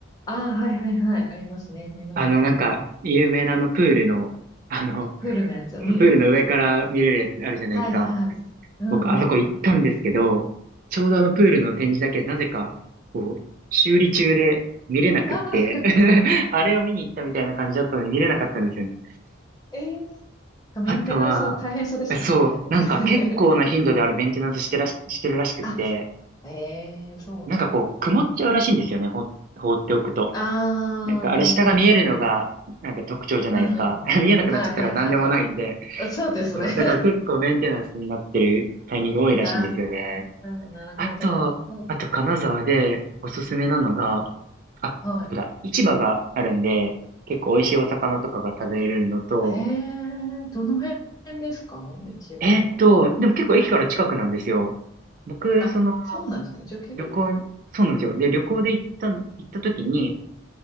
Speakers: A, on the left (about 20°); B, on the right (about 45°).
A: ああ、はいはいはい、ありますね。目の前に。
B: あの、なんか、有名なあのプールの、あの、
A: プールのやつ。うん。
B: プールの上から見れるやつあるじゃないですか。
A: はいはい。うんうんうん。
B: 僕、あそこ行ったんですけど、ちょうどあのプールの展示だけなぜか、
A: うん
B: こう、修理中で見れなくって
A: ああ
B: <laughs> あれを見に行ったみたいな感じだったので見れなかったんですよね。
A: ええなんかメンテナンス大変そうですもんね、
B: あとは、えそう、
A: あれ。
B: なんか結構な頻度であれメンテナンスしてらし、
A: <laughs>
B: してるらしくって、
A: あ、ええそうなんですね。
B: なんかこう、曇っちゃうらしいんですよね、ほん、放っておくと。
A: ああ、
B: なんかあれ下が見えるのが、
A: なるほど、なるほど。
B: なんか特徴じゃないですか。
A: うんうん。
B: <laughs> 見えなくなっちゃったら何でもないんで。
A: はいはいはいはい。あそうですね。
B: そうそう。だから結構メンテナンスになってるタイミング多いらしいんですよね。
A: <laughs> ああ、なるほど。
B: あと、
A: そっか。
B: あと金沢でおすすめなのが、あ、
A: は
B: そうだ、市場があるんで、結構美味しいお魚とかが食べれるのと、
A: い。ええどの辺ですか一番は。
B: えーっと、でも結構駅から近くなんですよ。僕、
A: あ、
B: その、
A: そうなんですね。じゃあ、ける。
B: 旅行に、そうなんですよ。で、旅行で行ったん、行った時に、